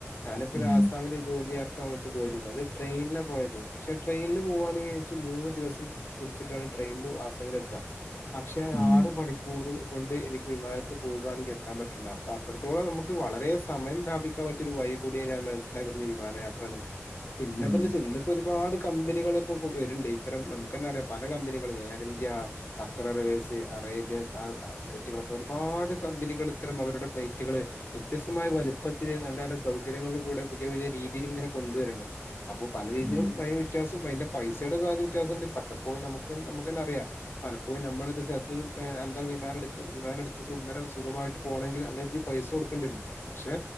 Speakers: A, on the left (about 50°); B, on the right (about 20°).
A: ഞാനിപ്പോ
B: ഉം
A: ആസാമില് ജോലിയാട്ട് അങ്ങോട്ട് പോയിരുന്നു അത് ട്രെയിനിലാ പോയത് പക്ഷെ ട്രെയിനിൽ പോവാണെ ഇൻച്ച് മൂന്ന് ദിവസം പുടിച്ചിട്ടാണ് ട്രെയിനില് ആസ്സാമില് എത്താ പക്ഷേ
B: ഉം ഉം
A: ആറ് മണിക്കൂർ കൂറ് കൊണ്ട് എനിക്ക് വിമാനത്ത് പോകാണെങ്ക് എത്താൻ പറ്റണ്ട് അപ്പൊ അത്രത്തോളം നമുക്ക് വളരെ സമയം ലാഭി ക്കാൻ പറ്റിയൊരു വഴി കൂടിയാണ് ഞാൻ മനസിലാക്കുന്നു ഈ വിമാനയാത്രന്ന്ള്ളെ പിന്നെ
B: ഉം
A: ഇപ്പെന്താ <unintelligible> ഇപ്പൊ ഒരുപാട് കമ്പനികള് ഇപ്പോ പൊ വെര്ണ്ട് ഇത്തരം നമുക്കെന്നെറിയാ പല കമ്പനികളും Air India Qatar Airways Arabia <unintelligible> ഫ്ലൈറ്റുകളൊക്കെ ഒരുപാട് കമ്പനികൾ ഇത്തരം അവരുടെ ഫ്ലൈറ്റുകള് വ്യത്യസ്തമായ വലുപ്പത്തില് നല്ല നല്ല സൗകര്യങ്ങൾ കൂടെ പുതിയ പുതിയ രീതിയിൽ ഇങ്ങനെ കൊണ്ടുവരണ്ട് അപ്പൊ പല രീതിയിലും
B: ഉം
A: <unintelligible> വ്യത്യാസം അതിന്റെ പൈസേടെ കാര്യം വ്യത്യാസണ്ട് പലപ്പോഴും നമുക്ക് നമുക്കെന്നറിയാം പലപ്പോഴും നമ്മളെക്കെ സ്ഥലത്ത്ന്ന് ഏഹ് എല്ലാ വിമാന എടു വിമാന എടുത്ത് സുന്ദരം സുഖമായിട്ട് പോണെങ്കില് അല്ലെങ്കിൽ പൈസ കൊടുക്കേണ്ടി വരും പക്ഷെ